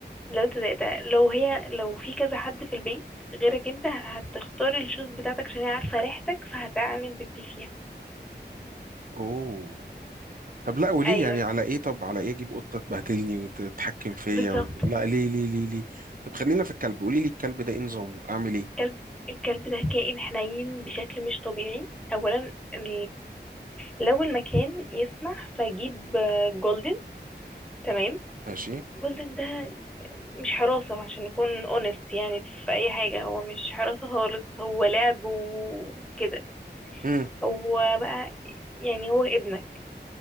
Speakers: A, in the centre; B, on the right.
A: لو انت زهقت لو هي لو في كذا حد في البيت غيرك انت هتختار الشوز بتاعتك عشان هي عارفة ريحتك فهتعمل بيبي فيها
B: اوه طب لا وليه
A: ايوه
B: يعني على ايه طب على ايه اجيب قطه تبهدلني وتتحكم فيا
A: بالظبط
B: و... لا ليه ليه ليه ليه طب خلينا في الكلب قولي لي الكلب ده ايه نظامه اعمل ايه
A: الكلب الكلب ده كائن حنين بشكل مش طبيعي اولا ال... لو المكان يسمح فجيب جولدن تمام
B: ماشي
A: جولدن ده مش حراسة عشان نكون اونست يعني في اي حاجة هو مش حراسة خالص هو لعب وكده
B: امم
A: هو بقى يعني هو ابنك